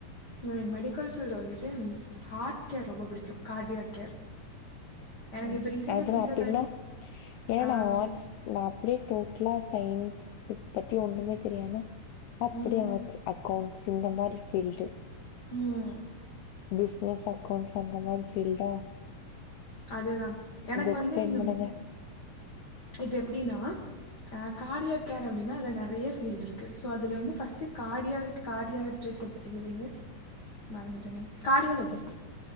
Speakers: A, on the left; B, on the left.
A: எனக் மெடிக்கல் ஃபீல்டு வந்துட்டு ஹார்ட் கேர் ரொம்ப பிடிக்கும் கார்டியாக் கேர். எனக்கு
B: உம்
A: இப்போ ரீசெண்டாக
B: அது
A: ஃபிசியோதெரப்பி
B: நா அப்புட்னா ஏன்னா
A: ஆம்,
B: ஆட்ஸ் நா அப்டியே டோட்டலா சயின்ஸ் டு பத்தி ஒண்ணுமே தெரியாம அப்படிய
A: ம்,
B: ஆட்ஸ் அக்கௌண்ட் <unintelligible> மாரி ஃபீல்டு
A: ம்,
B: <unintelligible> நச கொஞ்ச அந்த மாரி ஃபில்டா
A: அதுதான் எனக்கு
B: எக்ஸ்பிளைன்
A: வந்து இந்த
B: பண்ணுங்க
A: இப்ப எப்டினா அ கார்டியாக் கேர் அப்டினா அதுல நறையா ஃபீல்டு இருக்கு ஸோ அதுல வந்து ஃபர்ஸ்ட்டு கார்டியாக் கார்டியாட்ரெசப் இது வந்து மறந்துட்டேனே கார்டியோலெஜிஸ்ட்